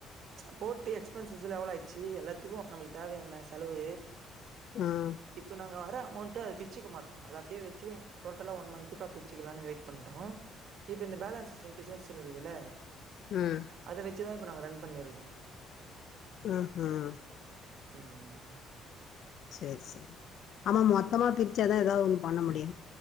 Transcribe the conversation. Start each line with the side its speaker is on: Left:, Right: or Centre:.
Right: அது போட்டு எக்ஸ்பென்சஸ்லா எவளாயிட்ச்சி எல்லாத்துக்கு அப்புறோ நம்முளுக்கு தேவையான செலவு
Left: உம்
Right: இப்போ நாங்க வர அமௌண்ட்ட பிச்சுக்க மாட்டோ அத அப்டியே வெச்சு டோட்டலா ஒன் மந்த்துக்கா பிர்ச்சுக்கலானு வெயிட் பண்றோ இப்ப இந்த பேலன்ஸ் டுவெண்ட்டி சௌஸவன் இருக்குதுல்ல
Left: உம்
Right: அத வெச்சுதா இப்போ நாங்க ரன் பண்ணிருக்கோ
Left: ம் ஹும்
Right: ம்
Left: செரி செரி ஆமா மொத்தமா பிரிச்சாதா எதாவது ஒண்ணு பண்ண முடியு